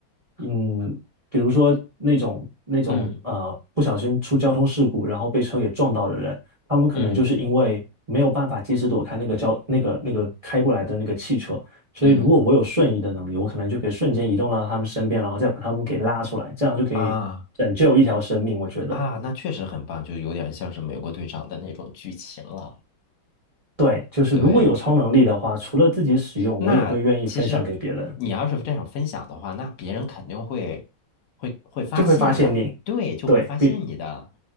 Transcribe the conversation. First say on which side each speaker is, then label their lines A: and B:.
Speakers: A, on the right; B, on the left.
A: 嗯，比如说那种那种呃不小心出交通事故，
B: 嗯
A: 然后被车给撞到的人，他们可能就是因为没有办法及时躲开那个交那个那个开过来的那个汽车，
B: 嗯
A: 所以如果我有瞬移的能力，
B: 嗯，
A: 我可能就可以瞬间移动到他们身边，然后再把他们给拉出来，这样就可以拯救一条生命。
B: 啊
A: 我觉得，
B: 啊，那确实很棒，就有点像是美国队长的那种剧情了。
A: 对，就是如果有超能力的话，
B: 对。
A: 除了自己使用，
B: 那其实你要是这样分享的话，
A: 我也会愿意分享给别人，
B: 那别人肯定会会会发现的，
A: 就会发现你，
B: 对，就会发现你的
A: 对，比